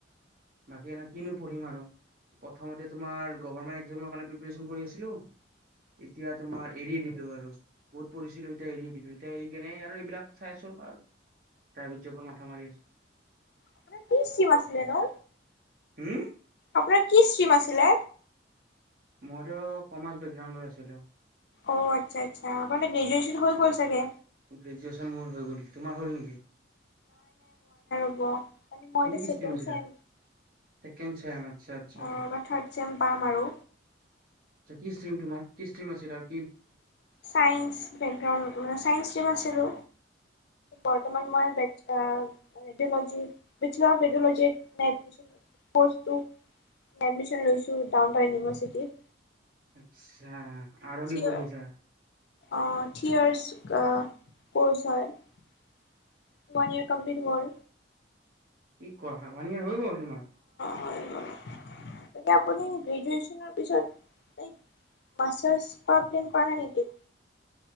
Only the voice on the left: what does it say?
আপোনাৰ ত্ৰিশ জিম আছিলে ন
আপোনাৰ কি ষ্টীম আছিলে?
অ আচ্ছা আচ্ছা আপোনাৰ গ্ৰেজচন হৈ গ'ল চাগে।
হব। মই
এটিয়া
চেকেণ্ড
ছেম।
অ', এই বাৰ থাৰ্ড চেম পাম আৰু।
চাইন্স বেগৰ মানে চাইন্স ষ্টিম আছিলো। বৰ্তমান মই ৰেডিঅ'লজি বেচেলাৰ অফ ৰেডিঅ'লজিত মানে এডমিছন লৈছো, কৰ্চটো এডমিছন লৈছোঁ ডাউন টাউন ইউনিভাৰ্চিটিত।
থিয়
অ', থ্ৰী ইয়াৰ্চ ক'ৰ্চ হয়, ওৱান ইয়েৰ কমপ্লিট হ'ল।
হৈ গ'ল আপুনি গ্ৰেজুৱেচনৰ পিছত তাইক মাষ্টাৰছ কৰা প্লেন কৰা নাই নেকি?